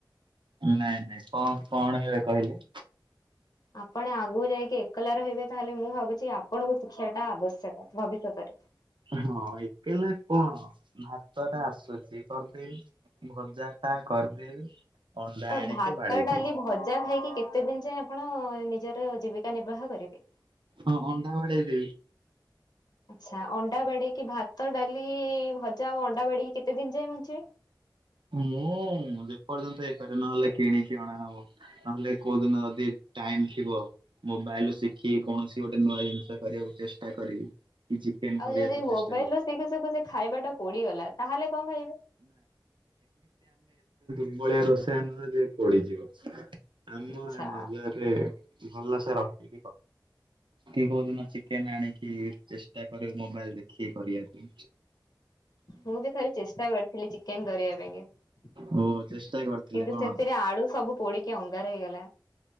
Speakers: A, on the right (about 85°); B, on the left (about 60°).
A: ନାଇଁ ନାଇଁ କ କଣ ଏ କହିଲେ।
B: ଆପଣ ଆଗକୁ ଯାଇକି ଏକଲା ରହିବେ ତାହେଲେ ମୁଁ ଭାବୁଛି ଆପଣଙ୍କୁ ଶିକ୍ଷିବା ଟା ଆବଶ୍ୟକ ଭବିଷ୍ୟତରେ।
A: ହଁ ଏକଲା କଣ ଭାତ ଟା ଆସୁଛି କରିଦେଇ ଭଜା। ଟା କରିଦେବି ଅଣ୍ଡା।
B: ତ
A: ଆଣିକି
B: ଭାତ
A: ବାଡେଇ
B: ଡାଲି
A: ଦେବି
B: ଭଜା ଖାଇକି କେତେ ଦିନ ଯାଏ ଆପଣ ନିଜର ଜୀବିକା ନିର୍ବାହ କରିବେ?
A: ହଁ ଅଣ୍ଡା ବାଡେଇଦେବି।
B: ଆଛା ଅଣ୍ଡା ବାଡେଇକି। କି ଭାତ ଡାଲି ଭଜା ଆଉ ଅଣ୍ଡା ବାଡେଇକି କେତେ ଦିନ ଯାଏ ବଞ୍ଚିବେ?
A: ମୁଁ। ଯେ ପର୍ଯ୍ୟନ୍ତ ହେଇପାରିବ ନହେଲେ କିଣିକି ଅଣାହବ ନହେଲେ କୋଉ ଦିନ ଯଦି ଟାଇମ୍ ଥିବ ମୋବ। ମୋବାଇଲ୍ ଶିଖିକ କୌଣସି ଗୋଟେ ନୂଆ ଜିନିଷ କରିବାକୁ ଚେଷ୍ଟା କରିବି କି ଚିକେନ
B: ଆଉ
A: କରିବାକୁ
B: ଯଦି
A: ଚେସ
B: ମୋବାଇଲ ରୁ ଶିଖୁ ଶିଖୁ। ସେ ଖାଇବା ଟା ପୋଡିଗଲା ତାହଲେ କଣ ଖାଇବେ?
A: ସେ ଭଳିଆ ରୋଷେଆ ନୁହଁ ଯେ ପୋଡିଯିବ ଆମ
B: ଆଚ୍ଛା
A: ନଜରରେ। ଭଲ ସେ ରଖ। କି କୋଉ ଦିନ ଚିକେନ ଆଣିକି ଚେଷ୍ଟା କରିବି ମୋବାଇଲରେ। କିଏ କରିଆସି?
B: ମୁଁ ବି ଥରେ ଚେଷ୍ଟା କରିଥିଲି ଚିକେନ କରିବା ପାଇଁକା।
A: ଓ ଚେଷ୍ଟା କରିଥିଲେ
B: କିନ୍ତୁ
A: କଣ
B: ସେଥିରେ ଆଳୁ ସବୁ ପୋଡିକି ଅଙ୍ଗାର ହେଇଗଲା।